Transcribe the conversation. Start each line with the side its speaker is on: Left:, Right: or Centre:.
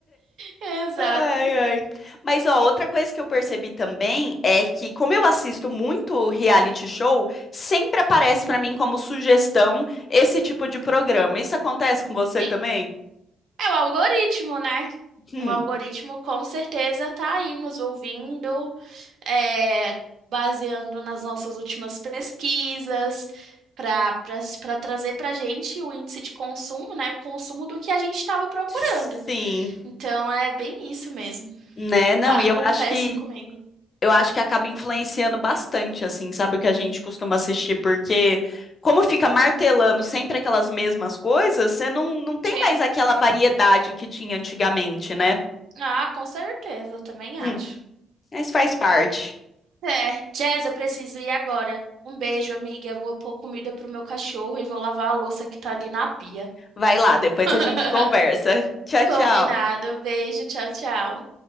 Right: exato.
Left: Ai, ai. Mas ó, outra coisa que eu percebi também é que, como eu assisto muito reality show, sempre aparece pra mim como sugestão esse tipo de programa. Isso acontece com você
Right: Sim.
Left: também?
Right: É o algoritmo, né?
Left: <laughs> Hum,
Right: O algoritmo com certeza tá aí nos ouvindo, é, baseando nas nossas últimas pesquisas, para para trazer para gente o índice de consumo, né? O consumo do que a gente estava procurando.
Left: Sim.
Right: Então é bem isso mesmo.
Left: Né? Não,
Right: Pa-
Left: e
Right: acontece
Left: eu acho que
Right: comigo.
Left: eu acho que acaba influenciando bastante, assim, sabe o que a gente costuma assistir, porque como fica martelando sempre aquelas mesmas coisas, você não, não tem
Right: Sim.
Left: mais aquela variedade que tinha antigamente, né?
Right: Ah, com certeza, eu também
Left: Hum,
Right: acho.
Left: mas faz parte.
Right: É, Jazz, eu preciso ir agora. Um beijo, amiga. Eu vou pôr comida pro meu cachorro e vou lavar a louça que tá ali na pia.
Left: Vai lá, depois
Right: <laughs>
Left: a gente conversa. <laughs> Tchau,
Right: Combinado.
Left: tchau.
Right: Beijo, tchau, tchau.